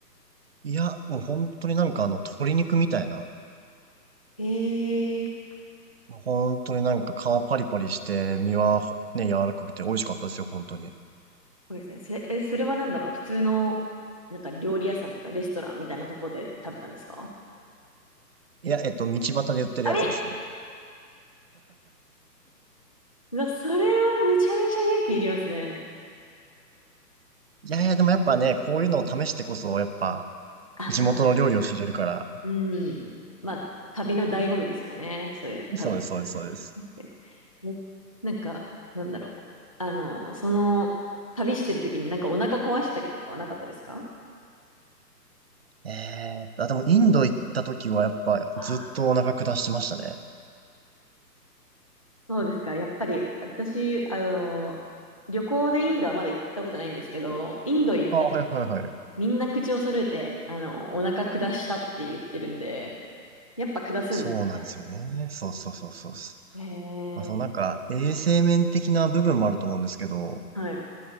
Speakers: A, on the right; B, on the left.
A: い。いや、もう本当になんかあの、鶏肉みたいな。
B: へえ、そ
A: もう本当になんか皮パリパリして、身はほね、柔らかくて美味しかったですよ、本当に。
B: うですね。それ、え、それはなんだろう普通の、なんか料理屋さんっていうかレストランみたいなとこで食べたんですか
A: いや、えっと、道端で売ってるやつですね。
B: あれなそれはめちゃめちゃ勇気いりますね。
A: いやいや、でもやっぱね、こういうのを試してこそ、やっぱ、
B: あ、
A: 地元の料理を知れるから。
B: まあ、うん。まあ、旅の醍醐味ですよね。そういう食べる
A: そうです、そうです、そうです。
B: って。ねなんか、なんだろう。あの、その、旅してる時になんかお腹壊したりとかはなかったですか
A: ええーあ、でも、インド行った時は、やっぱ、
B: あ、
A: ずっとお腹下してましたね。
B: そうですか。やっぱり、私、あの、旅行でインドはまだ行ったことないんですけど、インド行った人、
A: あ、はいはいはい。
B: みんな口を揃えて、あの、お腹下したって言ってるんで、やっぱ下すんです。
A: そうなんですよね。そうそうそうそうっす。
B: へえ、
A: まあ、そのなんか、衛生面的な部分もあると思うんですけど、
B: はい。